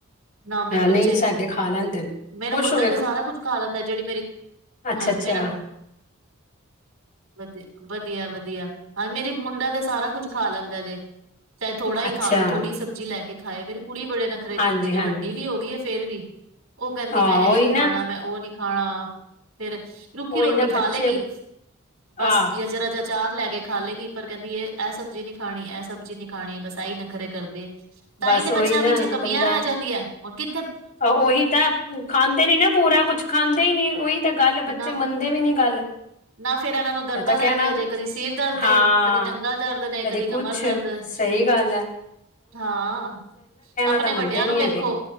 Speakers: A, on the right; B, on the left.
A: ਨਾ ਮੇਰੇ
B: ਹਾਂ
A: ਬੱਚੇ
B: ਨਹੀਂ ਸਾਡੇ ਖਾ ਲੈਂਦੇ ਨੇ
A: ਮੇਰੇ ਮੁੰਡਾ
B: ਖੁਸ਼ ਹੋ
A: ਤੇ ਸਾਰਾ ਕੁਝ ਖਾ ਲੈਂਦਾ ਜਿਹੜੀ ਮੇਰੀ
B: ਅੱਛਾ-ਅੱਛਾ।
A: ਹਾਂ ਮੇਰਾ ਵਧੀ ਵਧੀਆ-ਵਧੀਆ ਹਾਂ ਮੇਰੀ ਮੁੰਡਾ ਤੇ ਸਾਰਾ ਕੁਛ ਖਾ ਲੈਂਦਾ ਜੇ ਚਾਹੇ ਥੋੜਾ ਹੀ
B: ਅੱਛਾ
A: ਖਾਵੇ ਥੋੜ੍ਹਹੀ ਸਬਜ਼ੀ ਲੈ ਖਾਏੇ ਫ਼ਿਰ ਕੁੜੀ ਬੜੇ ਨਖਰੇ ਵੀ
B: ਹਾਂਜੀ
A: ਕਰਦੀ
B: ਹਾਂਜੀ
A: ਐ ਵੱਡੀ ਵੀ ਹੋ ਗਈ। ਫਿਰ ਵੀ ਉਹ ਕਹਿੰਦੀ
B: ਹਾਂ
A: ਮੈਂ ਇਹ
B: ਉਹੀ
A: ਨੀ ਖਾਣਾ
B: ਨਾ
A: ਮੈਂ ਉਹ ਨੀ ਖਾਣਾ ਫਿਰ ਰੁੱਖੀ
B: ਉਹੀ
A: ਰੋਟੀ
B: ਨਾ
A: ਖਾ
B: ਬੱਚੇ
A: ਲਏਗੀ ਬਸ
B: ਆ
A: ਜਾਂ ਅਚਾਰ ਲੈ ਕੇ ਖਾ ਲਏਗੀ। ਪਰ ਕਹਿੰਦੀ ਇਹ ਸਭ ਸਬਜ਼ੀ ਨੀ ਖਾਣੀ ਇਹ ਸਬਜ਼ੀ ਨੀ। ਖਾਣੇ ਬਸ ਆਹੀ ਤਾ ਨਖਰੇ ਕਰਦੇ ਤਾਂ
B: ਬਸ
A: ਹੀ ਤੇ
B: ਉਹੀ
A: ਬੱਚਿਆਂ
B: ਨਾ
A: ਵਿੱਚ ਕਮੀਆਂ
B: ਬੰਦਾ
A: ਰਹਿ ਜਾਂਦੀਆਂ ਹੁਣ ਕਿ?
B: ਉਹੀ ਤਾਂ ਖਾਂਦੇ ਨੀ ਨਾ ਪੂਰਾ ਕੁਛ ਖਾਂਦੇ ਹੀ ਨੀ ਉਹੀ ਤਾਂ ਗੱਲ! ਬੱਚੇ
A: ਨਾ
B: ਮੰਨਦੇ ਵੀ ਨੀ ਗੱਲ।
A: ਨਾ ਫ਼ਿਰ ਇਹਨਾਂ ਨੂੰ ਦਰਦਾਂ
B: ਜਾਂ ਤਾਂ
A: ਰਹਿੰਦੀਆਂ
B: ਕਹਿਣਾ
A: ਜੇ, ਕਦੀ ਸਿਰ ਦਰਦ,
B: ਹਾਂ
A: ਕਦੀ ਟੰਗਾ ਦਰਦ ਨੇ,
B: ਕਦੇ
A: ਕਦੀ
B: ਕੁਛ
A: ਕਮਰ ਦਰਦ।
B: ਸਹੀ ਗੱਲ ਐ।
A: ਹਾਂ, ਆਪਣੇ
B: ਤਾਂ ਮੰਨਦੇ
A: ਵੱਡਿਆਂ
B: ਨੀ
A: ਨੂੰ ਵੇਖੋ,
B: ਹੈਗੇ